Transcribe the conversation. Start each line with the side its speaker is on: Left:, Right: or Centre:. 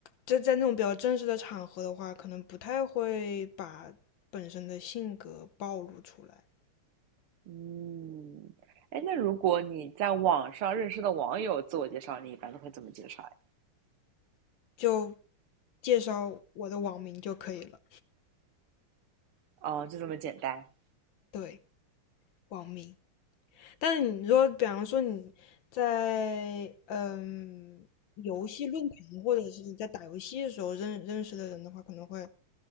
Left: 在在那种比较正式的场合的话，可能不太会把本身的性格暴露出来，
Right: 嗯，哎，那如果你在网上认识的网友自我介绍，你一般都会怎么介绍呀？
Left: 就介绍我的网名就可以了。
Right: 哦，就这么简单。
Left: 对，网名。但是你说，比方说你在嗯游戏论坛，或者是你在打游戏的时候认认识的人的话，可能会